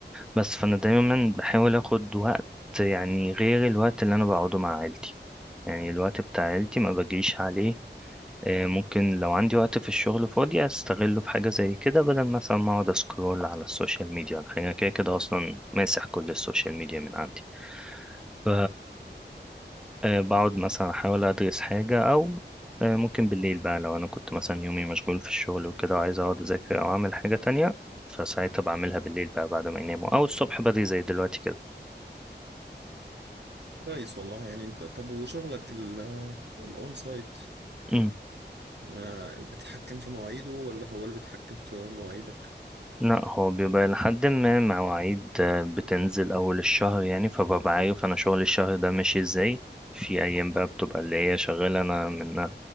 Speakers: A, in the centre; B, on the right.
A: بس فأنا دايما بحاول أخد وقت يعني غير الوقت اللي أنا بقعده مع عيلتي يعني الوقت بتاع عيلتي ما بجيش عليه آه، ممكن لو عندي وقت في الشغل فاضي أستغله في حاجة زي كده بدل مثلا ما أقعد أسكرول على السوشيال ميديا ولا حاجة أنا كده كده أصلا ماسح كل السوشيال ميديا من عندي ف آه، بقعد مثلا أحاول أدرس حاجة أو آه، ممكن بالليل بقى لو أنا كنت مثلا يومي مشغول في الشغل وكده وعايز أقعد أذاكر أو أعمل حاجة تانية فساعتها بعملها بالليل بقى بعد ما يناموا أو الصبح بدري زي دلوقتي كده
B: كويس والله يعني أنت طب وشغلك ال- الأون سايت
A: مم.
B: آه، بتتحكم في مواعيده ولا هو اللي بيتحكم في مواعيدك؟
A: لا هو بيبقى لحد ما مواعيد آه، بتنزل أول الشهر يعني فببقى عارف أنا شغل الشهر ده ماشي إزاي في أيام بقى بتبقى اللي هي شغالة أنا من